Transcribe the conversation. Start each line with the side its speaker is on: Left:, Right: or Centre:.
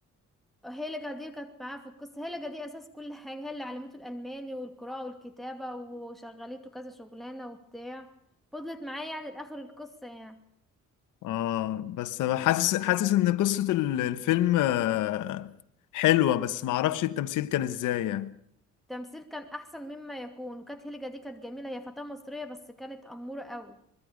Centre: هيلجا دي كانت معاه في القصة هيلجا دي أساس كل حاجة هي اللي علمته الألماني والقراءة والكتابة وشغلته كذا شغلانة وبتاع فضلت معاه يعني لآخر القصة يعني
Left: اه بس حاسس حاسس ان قصة ال- الفيلم آه، حلوة بس معرفش التمثيل كان ازاي يعني
Centre: التمثيل كان أحسن مما يكون وكانت هيلجا دي كانت جميلة هي فتاة مصرية بس كانت أمورة قوي